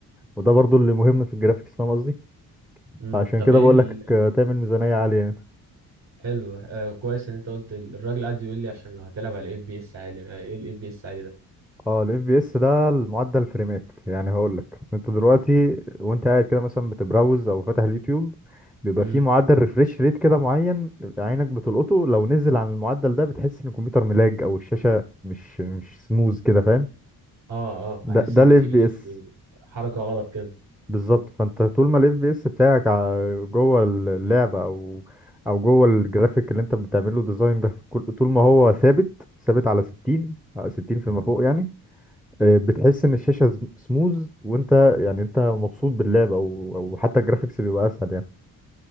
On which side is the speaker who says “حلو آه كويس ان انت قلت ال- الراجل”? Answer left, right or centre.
Right